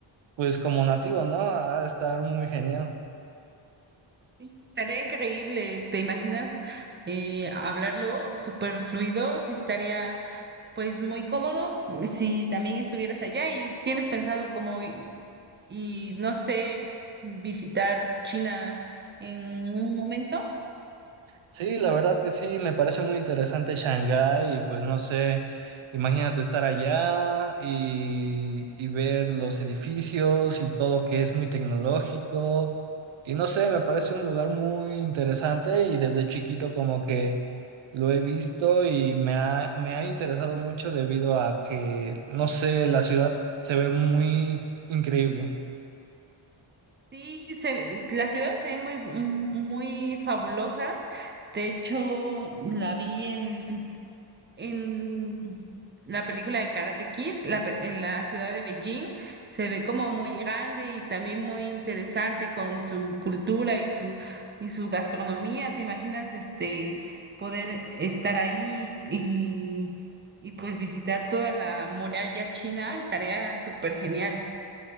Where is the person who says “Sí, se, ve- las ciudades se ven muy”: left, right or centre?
Right